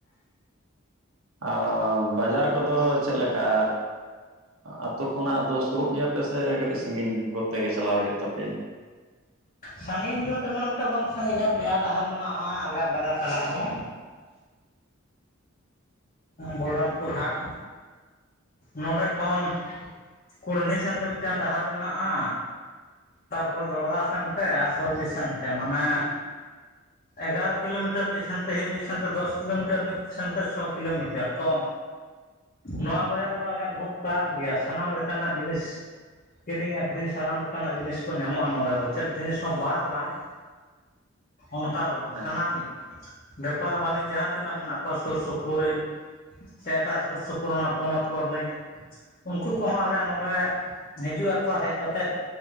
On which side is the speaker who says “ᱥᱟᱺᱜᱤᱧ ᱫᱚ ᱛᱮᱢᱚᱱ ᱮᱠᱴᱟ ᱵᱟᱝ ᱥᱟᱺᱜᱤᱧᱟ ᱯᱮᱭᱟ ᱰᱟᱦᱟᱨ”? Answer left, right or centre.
Left